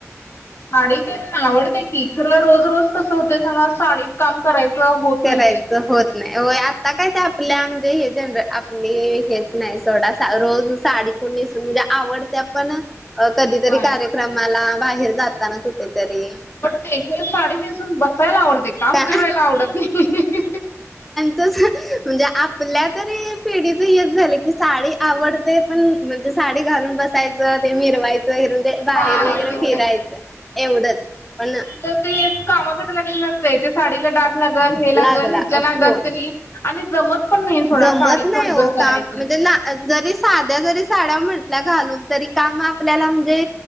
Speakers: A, on the left; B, in the centre.
A: साडी तेन आवडतय की, खरं रोज रोज कसं होतय सांगा? साडीत काम करायचं होत
B: करायचं
A: नाही ते.
B: होत नाही होय आता काय ते आपल्या म्हणजे हे जनरे आपली हेच नाही सोडा, रोज साडी नेसुन म्हणजे आवडत्या पण अं कधीतरी
A: होय.
B: कार्यक्रमाला, बाहेर जाताना कुठेतरी
A: ते साडी नेसून बसायला आवडतय काम
B: का
A: करायला आवडत नाही.
B: तसं म्हणजे आपल्या तरी पिढीच हेच झालं की, साडी आवड ते पण म्हणजे साडी घालून बसायचं, ते मिरवायचं हे रून ते बाहेर
A: हा
B: वगैरे
A: एवढे
B: फिरायचं एवढंच पण
A: तर ते कामाकडे लक्ष नसतय ते साडीला डाग लागल हे लागल
B: लागला
A: हेच्या
B: हो
A: नादात क नाही. आणि जमत. पण नाही सोडा
B: जमत
A: साडीत
B: नाही
A: भरभर
B: ओ
A: करायचं.
B: काम म्हणजे ना. जरी साध्या जरी साड्या म्हटला घालून तरी काम आपल्याला म्हणजे